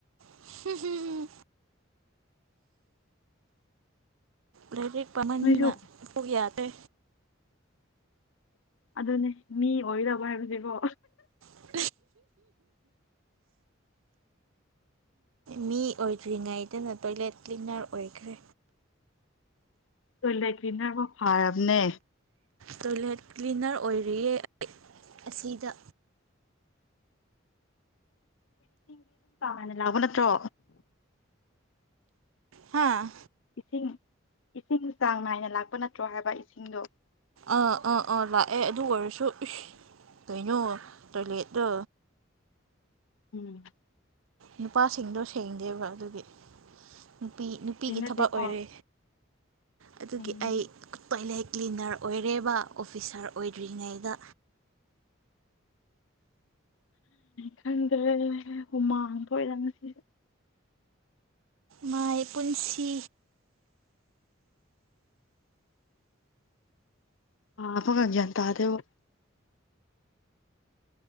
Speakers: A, on the right; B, on the left.
A: <unintelligible> ꯂꯥꯏꯔꯤꯛ ꯄꯥꯃꯟꯅ
B: ꯅꯣꯏꯁꯨ
A: ꯀꯣꯛ ꯌꯥꯗꯔꯦ
B: ꯑꯗꯨꯅꯦ ꯃꯤ ꯑꯣꯏꯗꯧꯕ ꯍꯥꯏꯕꯁꯦꯀꯣ
A: <unintelligible> ꯃꯤ ꯑꯣꯏꯗ꯭ꯔꯤꯉꯩꯗꯅ ꯇꯣꯏꯂꯦꯠ ꯀ꯭ꯂꯤꯟꯅꯔ ꯑꯣꯏꯈ꯭ꯔꯦ
B: ꯇꯣꯏꯂꯦꯠ ꯀ꯭ꯂꯤꯅꯐꯥꯎ ꯐꯔꯕꯅꯦ
A: ꯇꯣꯏꯂꯦꯠ ꯀ꯭ꯂꯤꯅꯔ ꯑꯣꯏꯔꯤꯌꯦ ꯑꯩ ꯑꯁꯤꯗ
B: ꯏꯁꯤꯡꯗꯤ ꯑꯗꯨꯝ ꯆꯥꯡ ꯅꯥꯏꯅ ꯂꯥꯛꯄ ꯅꯠꯇ꯭ꯔꯣ
A: ꯍꯥꯥ
B: ꯏꯁꯤꯡ ꯏꯁꯤꯡ ꯆꯥꯡ ꯅꯥꯏꯅ ꯂꯥꯛꯄ ꯅꯠꯇ꯭ꯔꯣ ꯍꯥꯏꯕ ꯏꯁꯤꯡꯗꯣ
A: ꯑꯥ ꯑꯥ ꯑꯥ ꯂꯥꯛꯑꯦ ꯑꯗꯨ ꯑꯣꯏꯔꯁꯨ ꯏꯁ ꯀꯩꯅꯣ ꯇꯣꯏꯂꯦꯠꯇ
B: ꯎꯝ꯫
A: ꯅꯨꯄꯥꯁꯤꯡꯗꯣ ꯁꯦꯡꯗꯦꯕ ꯑꯗꯨꯒꯤ ꯅꯨꯄꯤ ꯅꯨꯄꯤꯒꯤ
B: ꯍꯩꯅꯗꯦꯀꯣ
A: ꯊꯕꯛ ꯑꯣꯏꯔꯦ ꯑꯗꯨꯒꯤ
B: ꯎꯝ
A: ꯑꯩ ꯇꯣꯏꯂꯦꯠ ꯀ꯭ꯂꯤꯟꯅꯔ ꯑꯣꯏꯔꯦꯕ ꯑꯣꯐꯤꯁꯥꯔ ꯑꯣꯏꯗ꯭ꯔꯤꯉꯩꯗ
B: ꯈꯪꯗꯔꯦ ꯍꯨꯃꯥꯡ ꯊꯥꯛꯑꯦꯗ ꯉꯁꯤ
A: ꯃꯥꯏ ꯄꯨꯟꯁꯤ
B: ꯑꯥ <unintelligible> ꯒ꯭ꯌꯥꯟ ꯇꯥꯗꯦꯕꯨ